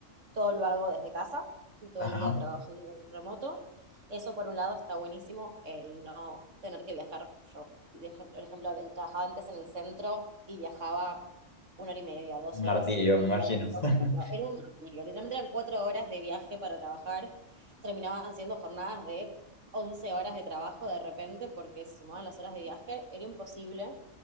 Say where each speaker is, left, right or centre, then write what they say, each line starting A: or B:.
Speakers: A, on the right; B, on the left.
A: todo lo hago desde casa, estoy todo
B: Ajá,
A: el día trabajando remoto. Eso por un lado está buenísimo, el no tener que viajar. Yo, por ejemplo, trabajaba antes en el centro y viajaba una hora y media, dos
B: un
A: horas,
B: martirio,
A: y
B: me imagino.
A: era
B: <laughs>
A: un martirio. Literalmente eran cuatro horas de viaje para trabajar, terminaban siendo jornadas de 11 horas de trabajo de repente porque se sumaban las horas de viaje, era imposible.